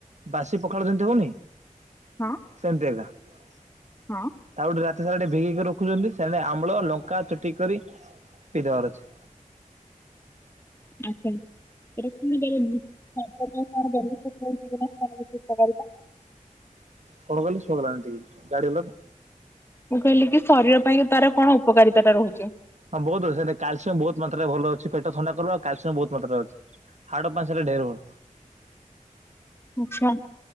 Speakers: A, on the right; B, on the left.
A: ବାସି ପଖାଳ ଯେମିତି ହଉନି
B: ହଁ
A: ସେମିତି ଏକା। ତା
B: ହଁ
A: ଗୋଟେ ରା ସିଆଡେ ଭିଗିକି ରଖୁଛନ୍ତି। ସେ ଆମ୍ଳ ଲଙ୍କା ଚୁଟି କରି ପିଇ ଦବାର ଅଛି।
B: ଆଛା <unintelligible> କଣ <unintelligible>
A: କଣ କହିଲେ ଶୁଣା ଗଲାନି ଟିକେ ଗାଡି ଗଲା ତ,
B: ମୁଁ କହିଲି କି ଶରୀର ପାଇଁ ତାର କଣ ଉପକାରିତା ଟା ରହୁଚି?
A: ହଁ ବହୁତ ଅଛି। ସେ କାଲସିୟମ୍ ବହୁତ ମାତ୍ରାରେ ଭଲ ଅଛି। ପେଟ ଥଣ୍ଡା କରିବ। ଆଉ କାଲସିୟମ୍ ବହୁତ ମାତ୍ରାରେ ଅଛି। ହାଡ ପାସେରେ ଢେର ଭଲ।
B: ଆଚ୍ଛା